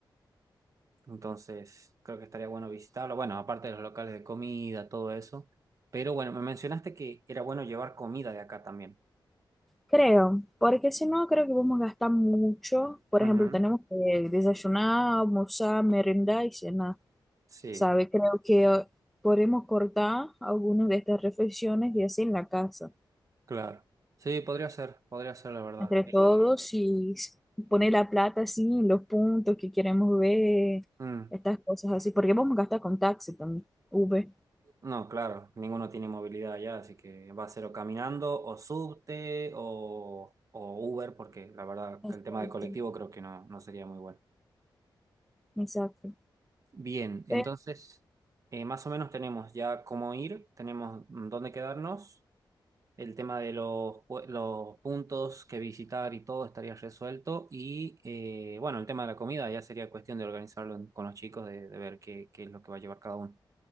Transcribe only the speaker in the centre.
Creo, porque si no, creo que vamos a gastar mucho. Por
ejemplo, tenemos que desayunar, almorzar, merendar y cenar,
¿sabe? Creo que eh, podemos cortar algunas de estas reflexiones y así en la casa,
entre
todos y s- poner la plata así, los puntos que queremos ver,
estas cosas así, porque vamos a gastar con taxi también, Uber.
Exacto,
exacto.
Pero,